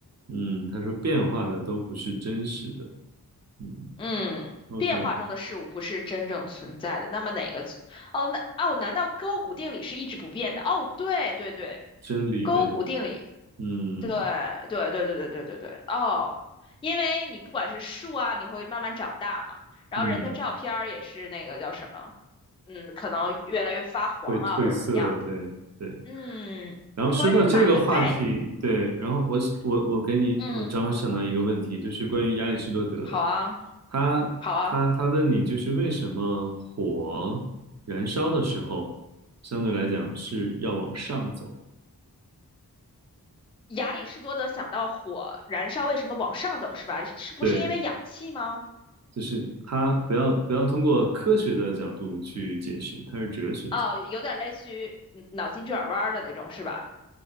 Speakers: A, on the right; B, on the left.
A: 嗯，他说变化的都不是真实的。嗯
B: 嗯，
A: ，OK，
B: 变化中的事物不是真正存在的。那么哪个？哦，那哦，难道勾股定理是一直不变的？哦，对对对，
A: 真理呗。
B: 勾股定理，
A: 嗯
B: 对对对对对对对对。哦，因为你不管是树啊，你会慢慢长大嘛，然后人的照片儿也是那个叫什么？
A: 嗯，
B: 嗯，可能越来越发黄啊，
A: 会褪色。
B: 或者怎么样的。
A: 对对。
B: 嗯，
A: 然后说到这个话题，
B: 关于马的概念，
A: 对，然后我我我给你，
B: 嗯，
A: 我正好想到一个问题，就是关于亚里士多德的，
B: 好啊，
A: 他他他问你，
B: 好啊。
A: 就是为什么火燃烧的时候，相对来讲是要往上走，
B: 亚里士多德想到火燃烧为什么往上走是吧？是不是因为氧气吗？
A: 对，就是他不要不要通过科学的角度去解释，他是哲学家，
B: 哦，有点类似于嗯脑筋急转弯儿的那种是吧？